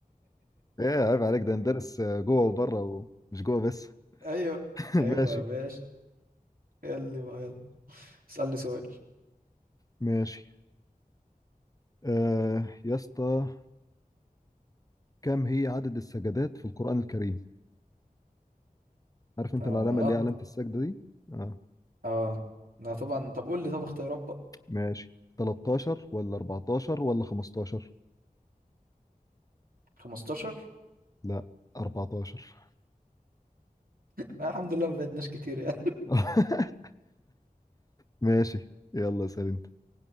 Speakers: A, on the left (about 25°); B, on the right (about 75°).
A: <laughs> ايه عيب عليك ده ندرس جوه وبره ومش جوه بس
B: ايوه
A: <laughs>
B: ايوه
A: ماشي
B: يا باشا يلا بقى يلا اسألني سؤال
A: ماشي آه يا اسطى كم هي عدد السجدات في القرآن الكريم عارف انت
B: اه
A: العلامة اللي هي علامة السجدة دي اه
B: اه لا طبعا طب قول لي طب اختيارات بقى
A: ماشي 13 ولا 14 ولا 15
B: 15
A: لا 14
B: لا الحمد لله ما بعدناش كتير يعني.
A: <laughs> ماشي يلا اسأل انت